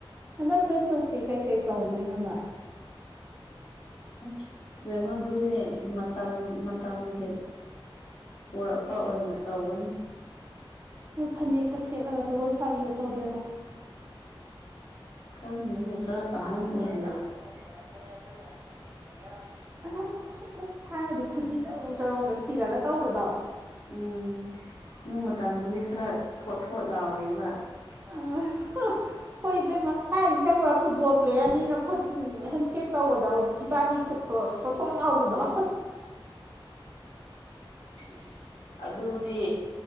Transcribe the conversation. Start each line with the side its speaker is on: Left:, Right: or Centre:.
Right: ꯍꯟꯗꯛ ꯈ꯭ꯔꯤꯁꯃꯥꯁꯇꯤ ꯀꯩꯀꯩ ꯇꯧꯗꯣꯏꯅꯣ ꯅꯣꯏ
Left: <unintelligible> ꯄꯨꯔꯛꯄ ꯑꯣꯏꯅ ꯇꯧꯒꯅꯤ
Right: ꯅꯣꯏ ꯐꯅꯦꯛꯀ ꯁꯦꯠꯂꯒ ꯖꯒꯣꯏ ꯁꯥꯕꯤꯗꯣ ꯇꯧꯗꯣꯏꯔꯣ
Left: ꯈꯪꯗꯦꯅꯦ ꯈꯔ ꯑꯍꯟ ꯑꯣꯏꯁꯤꯟ
Right: <unintelligible> ꯈꯨꯖꯤ ꯆꯔꯣꯡ ꯆꯔꯣꯡꯒ ꯁꯤꯔꯒ ꯇꯧꯕꯗꯣ
Left: ꯎꯝ ꯅꯨꯡ ꯃꯇꯝꯗꯗꯤ ꯈꯔ ꯊꯣꯠ ꯊꯣꯠ ꯂꯥꯎꯔꯤꯕ
Right: ꯎꯝ ꯍꯥ ꯍꯣꯏ ꯏꯕꯦꯝꯃ ꯊꯥꯏꯅ ꯅꯤꯡꯖꯪꯕ꯭ꯔꯥ ꯐꯨꯠꯕꯣꯜ ꯄ꯭ꯂꯦꯌꯔ ꯑꯅꯤꯅ ꯈꯨꯠ ꯍꯦꯟꯁꯦꯛ ꯇꯧꯕꯗ ꯏꯕꯥꯅꯤ ꯈꯨꯠꯇꯣ ꯊꯣꯠꯊꯣꯠ ꯂꯥꯎꯕꯗꯣ
Left: ꯏꯁ ꯑꯗꯨꯗꯤ